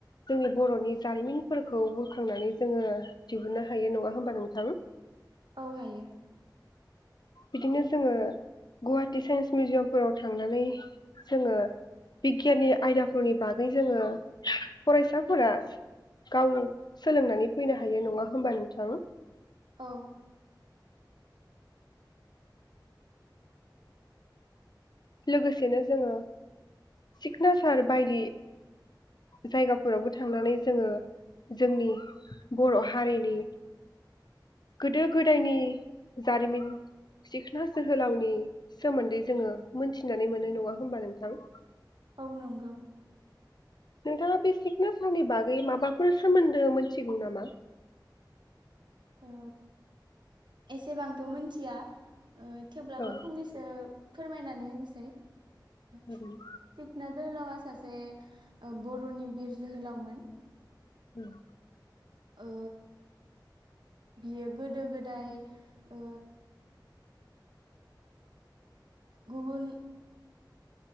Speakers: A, on the left; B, on the right.
A: जोंनि बर'नि जारिमिनफोरखौ बुरखांनानै जोङो दिहुननो हायो नङा होमबा नोंथां
B: औ हायो।
A: बिदिनो जोङो गुवाहाटि साइन्स मिउजियामफोराव थांनानै जोङो बिगियाननि आयदाफोरनि बागै जोङो फरायसाफोरा गाव सोलोंनानै फैनो हायो नङा होमबा नोंथां?
B: औ
A: लोगोसेनो जोङो सिखनाजार बायदि जायगाफोरावबो थांनानै जोङो जोंनि बर' हारिनि गोदो गोदायनि जारिमिन सिखना जोहोलावनि सोमोन्दै जोङो मोनथिनानै मोनो नङा होमबा नोंथां?
B: औ नंगौ
A: नोंथाङा बे सिखना जारनि बागै माबाफोर सोमोन्दो मोनथिगौ नामा?
B: ओ एसेबांथ मिथिया ओ थेवब्लाबो
A: औ
B: फंनैसो फोरमायनानै होनोसै
A: हागोन
B: सिखोना जोहोलावा सासे ओ बर'नि बिर जोहोलावमोन।
A: उम।
B: ओ बियो गोदो गोदाय ओ गुबुन